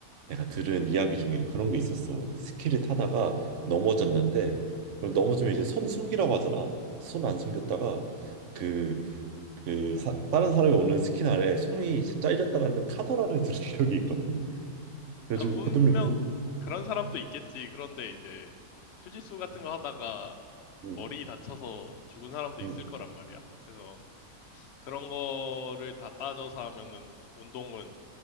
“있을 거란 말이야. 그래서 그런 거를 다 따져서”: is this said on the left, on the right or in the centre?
Left